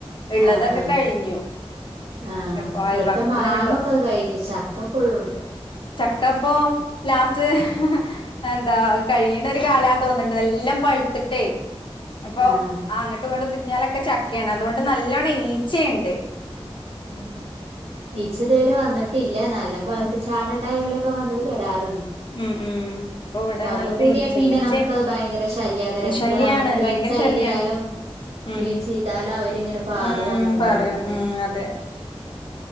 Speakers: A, on the left (about 50°); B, on the right (about 80°).
A: ഉള്ളതൊക്കെ
B: ആഹ ആഹ
A: കഴിഞ്ഞു
B: ആഹ
A: ഇപ്പൊ അയൽപക്കത്തുനിന്ന്
B: ഇവിടത്തെ മാങ്ങൊക്കെ
A: കിട്ടും
B: കയിഞ്ഞു ചക്ക ഇപ്പഴുണ്ട്.
A: ചക്കപ്പൊ ലാസ്റ്റ് എന്താ കഴിയിണ ഒരു കാലാ തോന്നണ്ട്‌ എല്ലാം പഴുത്തിട്ടേ. ഇപ്പൊ
B: ആഹ്
A: അങ്ങട്ടും ഇങ്ങട്ടും. കുഞ്ഞാലൊക്കെ ചക്കയാണ് അതുകൊണ്ട് നലോണം ഈച്ചയണ്ട്.
B: ഉം ഈച്ച ഇതവരെ വന്നിട്ടില്ല നല്ല പഴ്ത്ത്
A: ആഹ്
B: ചാടണ ടൈമിലൊ. ക്ക വന്നിട്ട് വരാറ.
A: ഉം ഉം ഇപ്പൊ ഇവിടെ
B: വന്നു
A: നല്ല
B: കൂടിയാൽ
A: ഈച്ച
B: പിന്നെ
A: ഈച്ച
B: നമുക്ക് അത് ഭയങ്കര ശല്യകാരം എത്ര
A: ശല്യാണ്
B: അമ്മൾ ക്ലീൻ
A: ഭയങ്കര
B: ചെയ്തിയലും
A: ശല്യാണ് ഉം
B: ക്ലീൻ ചെയ്താലും അവരിങ്ങനെ പാറി
A: ഉം
B: വന്നോണ്ടിരിക്കും.
A: പറയും ഉം അതെ